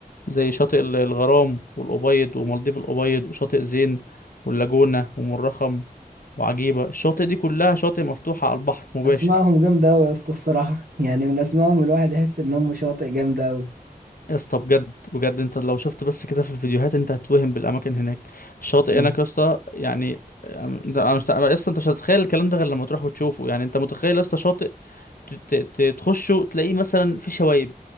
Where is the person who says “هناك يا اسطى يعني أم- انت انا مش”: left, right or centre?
Left